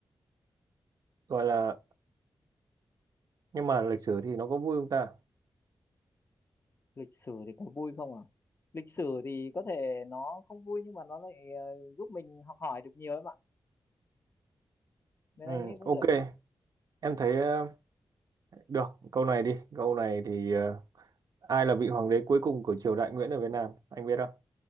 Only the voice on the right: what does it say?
gọi là nhưng mà lịch sử thì nó có vui không ta
ừ,
ok
em thấy ờ, được câu này đi câu này thì ờ, ai là vị hoàng đế cuối cùng của triều đại Nguyễn ở Việt Nam anh biết không